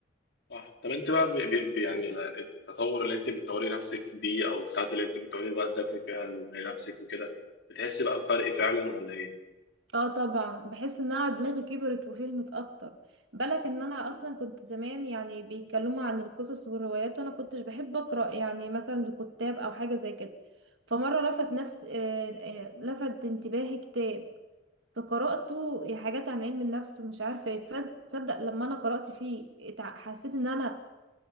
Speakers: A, on the left (about 65°); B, on the right (about 90°).
A: صح طب انت بقى بي بي بي- يعني ال- التطور اللي انت بتطوري نفسك بيه او الساعات اللي انت بتقعدي بقى تذاكري فيها لنفسك وكده بتحسي بقى بفرق فعلا ولا ايه؟
B: اه طبعا بحس ان انا دماغي كبرت وفهمت اكتر بالك ان انا
A: مم.
B: اصلا كنت زمان يعني بيتكلموا عن القصص والروايات وانا كنتش بحب اقرا يعني مثلا لكتاب او حاجه زي كده فمره لفت نفس آه، آه، لفت انتباهي كتاب فقراته حاجات عن علم النفس ومش عارفه ايه فد- تصدق لما انا قرات فيه اتع- حسيت ان انا